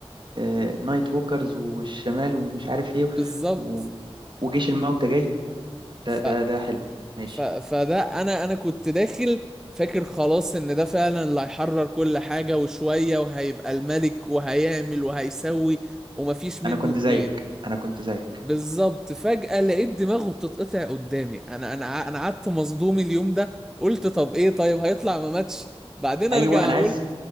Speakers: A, on the right; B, in the centre.
A: آه، نايت ووكرز والشمال ومش عارف ايه
B: بالظبط
A: و... وجيش الموتى جاي ده
B: ف...
A: ده ده حلو ماشي
B: ف... فده انا انا كنت داخل فاكر خلاص ان ده فعلا اللي هيحرر كل حاجة وشوية وهيبقى الملك وهيعمل وهيسوي ومفيش منه
A: انا كنت
B: اتنين
A: زيك انا كنت زيك
B: بالظبط فجأة لقيت دماغه بتتقطع قدامي انا انا ع- انا قعدت مصدوم اليوم ده قلت طب ايه طيب هيطلع ما ماتش بعدين
A: ايوه
B: ارجع
A: انا
B: اقول
A: عايز